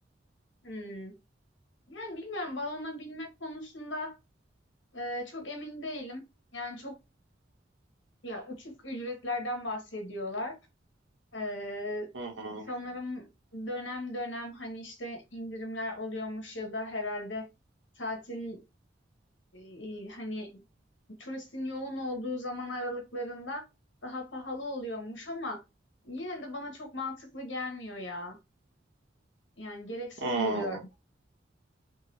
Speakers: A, on the left; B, on the right.
A: Hmm. Yani bilmiyorum balona binme konusunda Eee, çok emin değilim. Yani çok ya uçuk ücretlerden bahsediyorlar. Eee,
B: Hı hı.
A: sanırım dönem dönem hani işte indirimler oluyormuş ya da herhalde tatil eee, hani turistin yoğun olduğu zaman aralıklarında daha pahalı oluyormuş ama yine de bana çok mantıklı gelmiyor ya. Yani gereksiz
B: Hmm.
A: buluyorum.